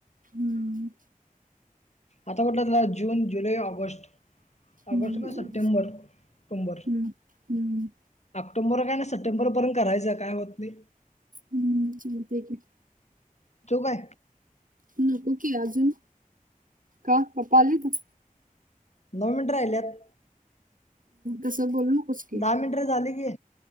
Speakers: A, on the right (about 65°); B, on the left (about 50°).
A: हम्म
B: आता कुठलं चालूय जून, जुलै, ऑगस्ट
A: हम्म
B: ऑगस्ट, सप्टेंबर, ऑक्टोबर
A: हम्म हम्म
B: ऑक्टोबर काय नाय सप्टेंबर पर्यंत करायचं काय होत नाही.
A: हम्म चालतंय की.
B: तो काय
A: नको की अजून, का पापा आलीती?
B: नऊ मिनिटे राहिल्यात.
A: असं बोलू नकोस की,
B: दहा मिनिटं झाली की